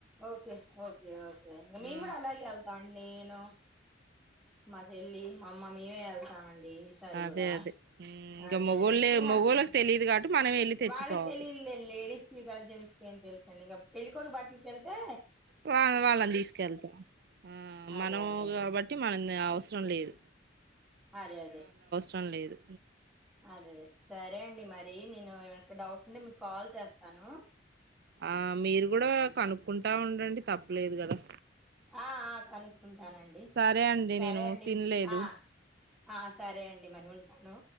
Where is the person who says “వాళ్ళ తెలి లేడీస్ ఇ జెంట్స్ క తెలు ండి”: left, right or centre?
Centre